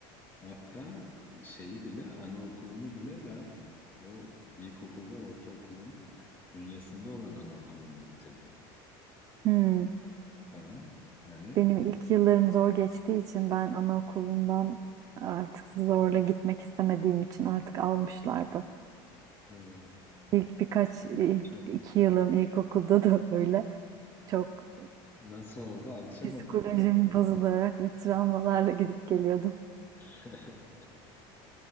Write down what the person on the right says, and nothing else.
Hmm.
Benim ilk yıllarım zor geçtiği için ben anaokulundan artık zorla gitmek istemediğim için artık almışlardı.
İlk birkaç, ilk
iki yılım ilkokulda da <laughs> öyle. Çok
e, psikolojim
bozularak ve travmalarla gidip geliyordum.